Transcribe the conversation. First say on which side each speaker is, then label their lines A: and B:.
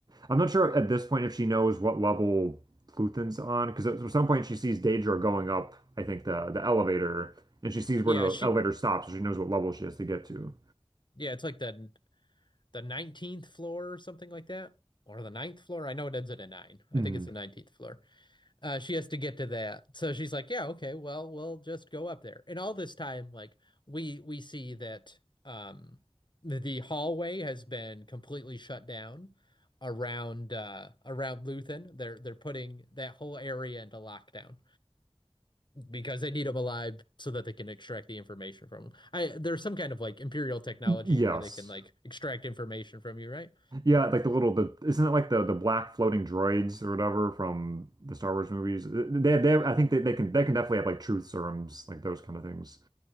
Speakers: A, on the right; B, on the left.
A: I'm not sure at this point if she knows what level Pluton's on, because at some point she sees Daedra going up, I think the the elevator, and she sees
B: yeah
A: where the
B: she
A: elevator stops, so she knows what level she has to get to.
B: yeah it's like the the 19th floor or something like that or the ninth floor I know it ends at a nine I
A: Mhm.
B: think it's the 19th floor Uh, she has to get to that. So she's like, yeah, okay, well, we'll just go up there. And all this time, like we we see that um the, the hallway has been completely shut down around uh around Luthen. They're they're putting that whole area into lockdown because they need him alive so that they can extract the information from him. I there's some kind of like imperial technology
A: Yes.
B: where they can like extract information from you, right?
A: Yeah, like the little the isn't it like the the black floating droids or whatever from the Star Wars movies? Uh, They they I think they, they can they can definitely have like truth serums like those kind of things.